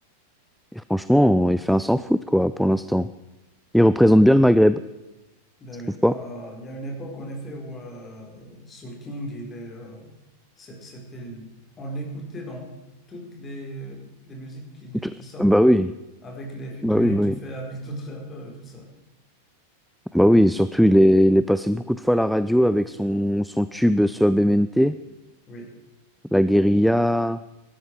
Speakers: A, in the centre; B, on the left (about 20°).
A: Et franchement, il fait un sans faute, quoi, pour l'instant. Il représente bien le Maghreb,
B: Ben
A: je trouve
B: oui.
A: pas?
B: Euh, il y a une époque, en effet, où euh, Soul King, il est, euh, c'est- c'était, l- on l'écoutait dans toutes les, les musiques qui,
A: T-
B: qui sortent,
A: Bah oui,
B: avec les featuring
A: bah oui, bah
B: qu'il
A: oui.
B: fait avec <laughs> d'autres rappeurs et tout ça.
A: Bah oui, et surtout, il est, il est passé beaucoup de fois à la radio avec son, son tube Suavemente,
B: Oui,
A: La Guérilla,